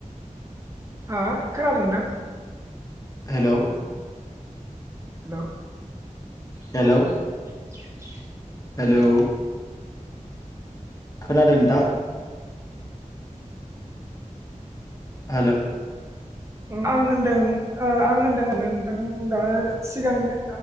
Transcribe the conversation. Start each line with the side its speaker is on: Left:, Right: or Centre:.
Right: हा खोनादोंदां।
Left: हेल'
Right: हेल'
Left: हेल'
Right: <unintelligible>
Left: हेल' खोनादों नोंथां। हेल'
Right: आं होनदों आं होनदों आरोना नोंथां दा सिगांनि